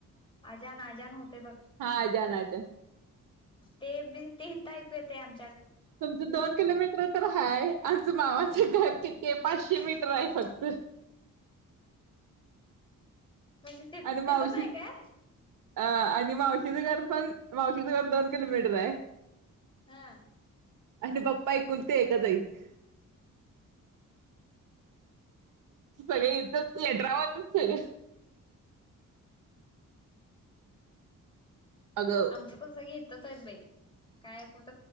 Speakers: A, on the left; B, on the right.
A: अजान अजन हो घ
B: हा जान आजा.
A: ते तेऐकू येत आम
B: तुमचं दोन किलोमीटर तर हाय आमच मामाचे घर कि पाचशे मीटर
A: त
B: आहे फक्त.
A: झा म्हणजे तिथ
B: आणि
A: तिथंच
B: मावशी
A: आहे काय?
B: अ आणि मावशीदगर पण मावशीदगर दोन किलोमीटर
A: हा.
B: आणि बाप्पा ऐकून ते ऐका आईत. सगळ इथच लेटरावर सगळं अगं
A: आमचं पण सग येतच आहेत बाई काय कुठ